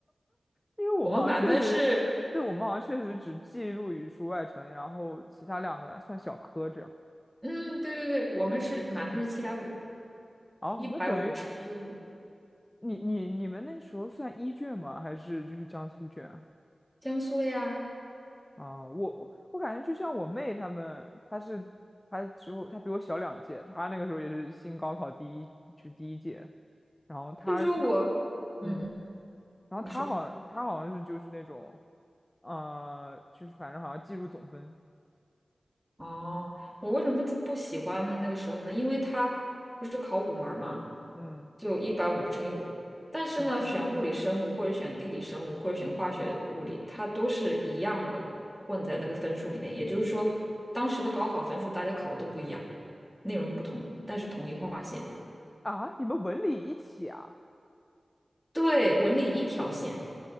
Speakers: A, on the left; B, in the centre.
A: 因为我们好像确实，
B: 我们满分是，
A: 对我们好像确实只计入语数外成绩，然后其他两个算小科这样。
B: 嗯，对对对，我们是满分是七百五，
A: 哦，
B: 一百五乘以五，
A: 那等于。你你你们那个时候算一卷吗？还是就是江苏卷啊？
B: 江苏的呀。
A: 啊我我我感觉就像我妹她们，她是她之后她比我小两届，她那个时候也是新高考第一就第一届，然后她她
B: 就是说我，嗯，
A: 嗯，然后她好像她好像是就是那种，
B: 你说。
A: 呃，就是反正好像计入总分，
B: 哦，我为什么就不喜欢呢？那个时候呢，因为他不是考五门儿嘛，
A: 嗯
B: 就一百五乘以五。但是呢，
A: 嗯嗯
B: 选物理生物或者选地理生物或者选化学物理，它都是一样的，混在那个分数里面。也就是说，当时的高考分数大家考的都不一样，内容都不同，但是统一划线。
A: 啊，你们文理一起啊，
B: 对，文理一条线。